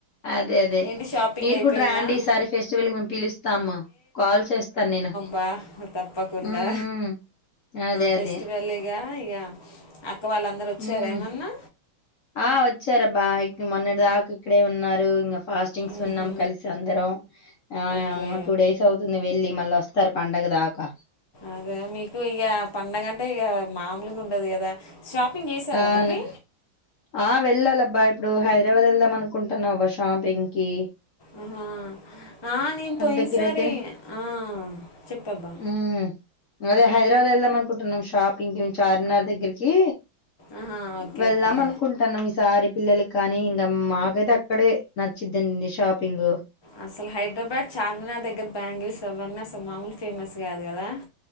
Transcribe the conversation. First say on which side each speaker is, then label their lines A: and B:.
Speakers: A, on the left; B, on the left.
A: అదే అదే
B: ఏంటి షాపింగ్
A: మీరు
B: అయిపోయిందా
A: కూడ రాండి ఈసారి ఫెస్టివల్ కి మేము పిలుస్తాము కాల్ చేస్తాను నేను
B: వాహ్ తప్పకుండా
A: హ్మ్. హ్మ్. అదే
B: ఫెస్టివల్గా
A: అదే
B: గా ఇగ ఆ వాళ్ళందరు వచ్చార
A: ఉమ్
B: ఏమన్నా
A: ఆ వచ్చారబ్బా ఇక్ మొన్నటిదాకా ఇక్కడే ఉన్నారు ఇంగ ఫాస్టింగ్స్
B: ఉహు,
A: ఉన్నాం కలిసి అందరం ఆ
B: ఓకే
A: టూ డేస్ అవుతుంది వెళ్ళి మళ్ళొస్ తారు పండగ దాకా
B: అదే మీకు ఇగ పండగంటే ఇగ మామూలుగా ఉండదు కదా షాపింగ్ చేశారా
A: ఆవును
B: మరి
A: ఆ వెళ్ళాలబ్బా ప్పుడు హైదరాబాద్ ఏళ్దాం అనుకుంటున్నావు గా షాపింగ్ కి
B: ఊ హా ఆ నేను పోయినసారి
A: దగ్గరైతేనే
B: ఆ చెప్పబ్బా
A: హ్మ్. అదే హైదరాబాద్ ఎళ్దాం అనుకుంటున్నాం షాపింగ్ కి చార్మినార్ దగ్గిరికి
B: ఆహా ఓకే
A: వెళ్దాం
B: ఓకే
A: అనుకుంటన్నాం ఈసారి పిల్లల కానీ ఇంగ మాకైతే అక్కడే నచ్చిద్ధండి షాపింగు
B: అసలు హైదరాబాద్ చార్మినార్ దగ్గర బ్యాంగిల్స్ అవన్న అసలు మామూలు ఫేమస్ కాదు కదా